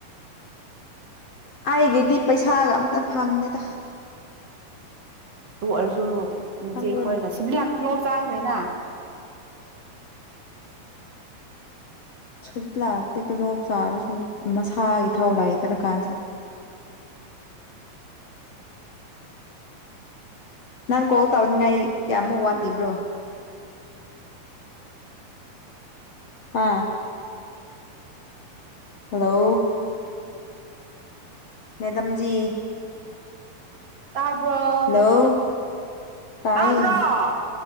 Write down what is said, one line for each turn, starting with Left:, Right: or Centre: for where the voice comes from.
Left: ꯑꯩꯒꯤꯗꯤ ꯄꯩꯁꯥꯒ ꯑꯝꯇ ꯐꯪꯗꯦꯗ
Right: ꯇꯨ ꯑꯣꯏꯔꯁꯨ ꯅꯆꯦꯈꯣꯏꯒ
Left: ꯈꯪꯕ꯭ꯔꯣ
Right: ꯁꯤꯗꯤ ꯂꯥꯛꯇ ꯂꯣꯞ ꯆꯥꯈ꯭ꯔꯦꯅ
Left: ꯁꯨꯛ ꯂꯥꯛꯇꯦ ꯇꯣꯂꯣꯞ ꯆꯥꯔꯁꯨ ꯃꯁꯥꯒꯤ ꯐꯥꯎ ꯂꯩꯇ꯭ꯔ ꯀꯥꯟꯁꯤꯗ ꯅꯪ ꯀꯣꯜ ꯇꯧꯅꯤꯡꯉꯥꯏ ꯀꯌꯥꯃꯨꯛ ꯋꯥꯠꯂꯤꯕ꯭ꯔꯣ ꯍꯥꯥ ꯍꯜꯂꯣ ꯃꯦꯗꯝꯖꯤ
Right: ꯇꯥꯕ꯭ꯔꯣ
Left: ꯍꯜꯂꯣ ꯇꯥꯏꯌꯦ
Right: ꯇꯥꯗ꯭ꯔꯣ